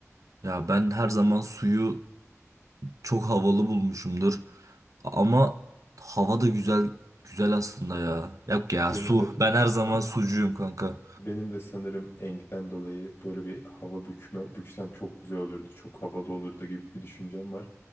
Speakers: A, on the right (about 80°); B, on the left (about 45°).
A: Ya ben her zaman suyu çok havalı bulmuşumdur. Ama hava da güzel güzel aslında ya. Yok ya
B: Benim
A: su.
B: de
A: Ben her zaman sucuyum kanka.
B: Benim de sanırım enkten dolayı böyle bir hava bükme, büksem çok güzel olurdu, çok havalı olurdu gibi bir düşüncem var.